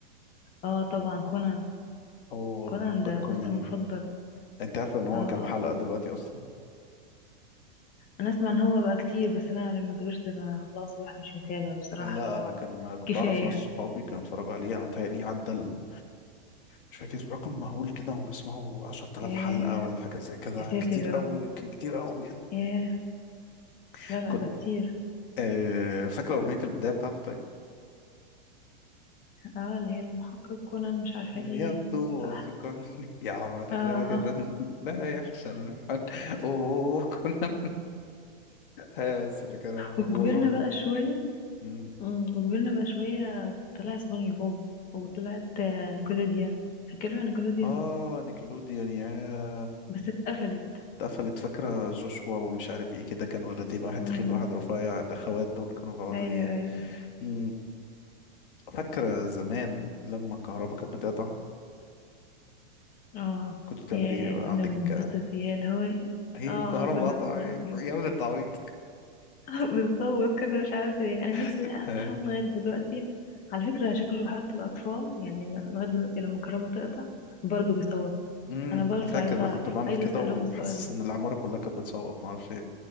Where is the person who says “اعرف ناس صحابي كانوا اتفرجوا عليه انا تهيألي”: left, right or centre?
Left